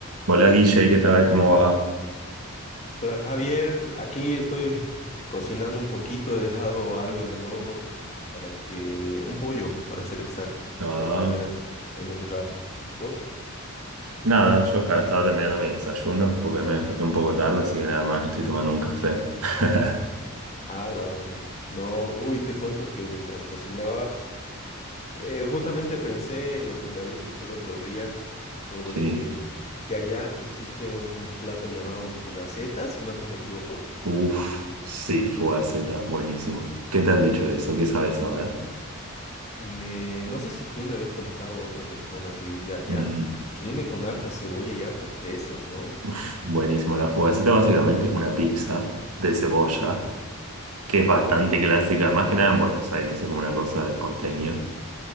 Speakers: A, on the right; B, on the left.
A: Hola Guille, ¿qué tal? ¿Cómo va?
B: Hola Javier, aquí estoy cocinando un poquito, he dejado algo en el horno para que, un pollo, para ser exactos,
A: No,
B: para comer en un rato. ¿Vos?
A: nada, yo acá estaba terminando mi desayuno porque me desperté un poco tarde, así que nada más estoy tomando un café. <laughs>
B: Ah, la vaina. No, uy, te cuento que mientras cocinaba, eh, justamente pensé en lo que me habías dicho el otro día sobre
A: Sí.
B: que allá existe un plato llamado fugaceta, si más no me equivoco.
A: Uf, sí, fugaceta, buenísimo. ¿Qué te han dicho de eso? ¿Qué sabes saber?
B: Me, no sé si tú me habías comentado otra persona que vivía allá,
A: Mm,
B: que viene con harta cebolla y harto queso, ¿no?
A: uf, buenísimo. La fugaceta básicamente es una pizza de cebolla que es bastante clásica, más que nada en Buenos Aires, es como una cosa de porteños.